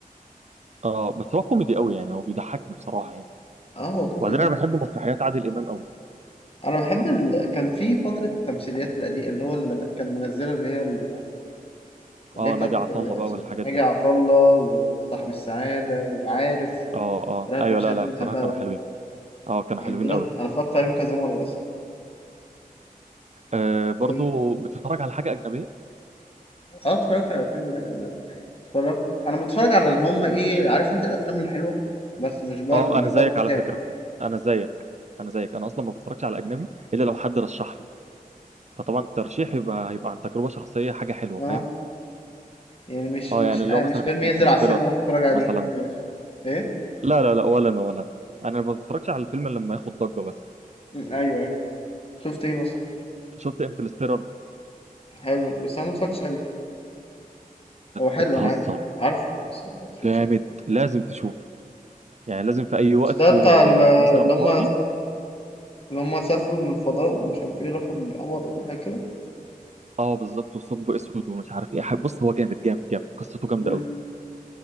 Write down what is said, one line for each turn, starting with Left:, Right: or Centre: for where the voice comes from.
Right: اه بس هو كوميدي قوي يعني هو بيضحكني بصراحه يعني
Left: اه هو كوميدي
Right: وبعدين
Left: طبعا
Right: انا بحب مسرحيات عادل امام قوي
Left: انا بحب ال... كان في فتره التمثيليات القديمه اللي هو اللي كان منزله اللي هي ال- اللي
Right: اه
Left: هي بتاعت
Right: ناجي عطا
Left: آه،
Right: الله بقى
Left: اسمه
Right: والحاجات
Left: ناجي
Right: دي
Left: عطا الله وصاحب السعاده والعارف
Right: اه اه
Left: صراحة التمثيليات
Right: ايوه لا لا
Left: دي انا
Right: بصراحه
Left: بحبها
Right: كانوا
Left: أوي.
Right: حلوين اه كانوا حلوين
Left: دول
Right: قوي
Left: انا اتفرجت عليهم كذا مره اصلا
Right: آه برضو
Left: باين
Right: بتتفرج على حاجه اجنبيه
Left: اه اتفرجت على افلام الأجنبي. اتفرجت انا بتفرج على اللي هم ايه عارف انت الافلام الحلوه بس مش برضه
Right: اه
Left: مش
Right: انا
Left: برضه
Right: زيك
Left: بتابع
Right: على فكره انا زيك انا زيك انا اصلا ما بتفرجش على اجنبي الا لو حد رشح لي فطبعا الترشيح يبقى هيبقى عن تجربه شخصيه حاجه حلوه
Left: اه
Right: فاهم
Left: يعني مش
Right: اه
Left: مش
Right: يعني اللي
Left: آه
Right: هو مثلا
Left: مش فيلم ينزل
Right: انترستيلر
Left: على السينما اروح اتفرج عليه
Right: مثلا
Left: ماشي ايه
Right: لا لا لا ولا انا ولا انا انا ما بتفرجش على الفيلم إلا لما ياخد ضجه بس
Left: مم، ايوه ايوه شفت ايه مثلا
Right: شفت انترستيلر
Left: حلو بس انا ما اتفرجتش عليه هو حلو
Right: بتهزر
Left: انا عارف عارفه بس ما اتفرجتش
Right: جامد
Left: عليه
Right: لازم تشوف يعني لازم في اي وقت
Left: مش ده بتاع
Right: آه،
Left: ال-
Right: مثلا
Left: اللي هم
Right: فاضي
Left: اللي هم سافروا من الفضاء ومش عارف ايه راحوا القمر ولا حاجه كده
Right: اه بالظبط وثقب اسود ومش عارف ايه بص هو جامد جامد جامد قصته جامده
Left: مم.
Right: قوي